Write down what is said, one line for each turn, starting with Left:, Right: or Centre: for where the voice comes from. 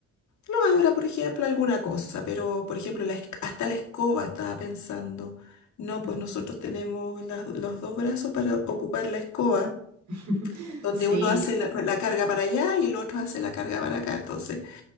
Left: lo abra, por ejemplo, alguna cosa, pero por ejemplo, la esc- hasta la escoba estaba pensando. No,
Right: Ujú.
Left: pues nosotros tenemos las- los dos brazos para ocupar la escoba,
Right: <laughs>
Left: donde
Right: Sí.
Left: uno hace la, la carga para allá y el otro hace la carga para acá. Entonces,